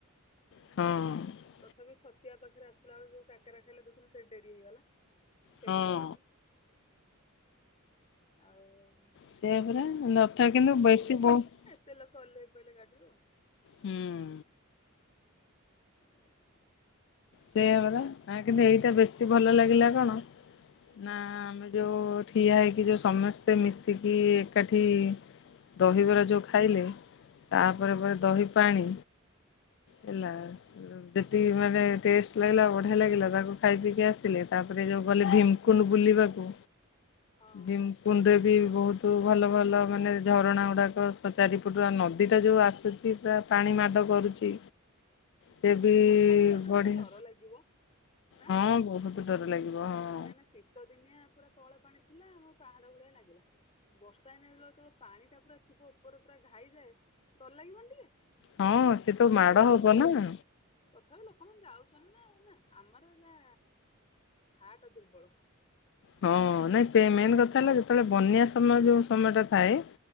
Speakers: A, on the left; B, on the left.
A: ହଁ।
B: ତଥାପି ଛତିଆ ପାଖରେ ଆସିଲା ବେଳୁ ଯୋଉ କାକରା ଖାଇଲେ ଦେଖୁ ସେ ଡେରି ହେଇଗଲା। ଫେରିଲା
A: ହଁ
B: ବେଳକୁ। ଆଉ
A: ସେଇଆ ପରା ନଥା କିନ୍ତୁ ବେଶୀ ବହୁତ
B: ତେଲ କଲ ଓଲେହି ପଇଲେ ଗାଡିରୁ।
A: ହୁଁ।
B: ଆ-ଆ ଆଜ୍ଞା।
A: ସେଇଆ ବରା ନା କିନ୍ତୁ ଏଇଟା ବେଶୀ ଭଲ ଲାଗିଲା କଣ ନା ଆମେ ଯେଉଁ ଠିଆ ହେଇକି ଯେଉଁ ସମସ୍ତେ ମିଶିକି ଏକାଠି ଦହିବରା ଯେଉଁ ଖାଇଲେ ତାପରେ ପରେ ଦହି ପାଣି ହେଲା ଯଦି ମାନେ ଟେଷ୍ଟ ଲାଗିଲା ବଢିଆ ଲାଗିଲା। ତାକୁ ଖାଇ ପିକି ଆସିଲେ। ତାପରେ ଯେଉଁ ଗଲେ ଭିମ୍ କୁଣ୍ଡ ବୁଲିବାକୁ।
B: ହଁ
A: ଡିମ୍ କୁଣ୍ଡରେ ବି ବହୁତ ଭଲ ଭଲ ମାନେ ଝରଣା ଗୁଡାକ ଚାରିପଟ ନଦୀ ଟା ଯୋଉ ଆସୁଛି। କିବା ପାଣି ମାଡ କରୁଛି। ସେ ବି
B: ବର୍ଷା ଦିନ ତ
A: ବଢିଆ।
B: ସେଠି ଡର ଲାଗିବ। ନା
A: ହଁ ବହୁତ ଡର ଲାଗିବ ହଁ।
B: କାହିଁକିନା ଶୀତ ଦିନିଆ ପୁରା ତଳେ ପାଣି ଥିଲା। ଆମ ପାହାଡ ଭଳିଆ ଲାଗିଲା। ବର୍ଷା ହେଇ ନଥିଲା। ଯେତେବେଳେ ପାଣି ଟା ପୁରା ଥିବ ଉପରେ ପୁରା ଘାଇଯାଏ। ଡର ଲାଗିବନି ଟିକେ।
A: ହଁ ସେ ତ
B: ତଥାପି
A: ମାଡ଼
B: ଲୋକମାନେ
A: ହବ ନା।
B: ତଥାପି ଲୋକମାନେ ଯାଉଛନ୍ତି ନା। ନା ଆମର ଏରା ହାଟ ଦୁର୍ବଳ।
A: ହଁ ନାଇଁ ପେ ମେନେ କଥା ହେଲା ଯେତେବେଳେ ବନ୍ୟା ସମୟ ଯୋଉ ସମୟ ଟା ଥାଏ।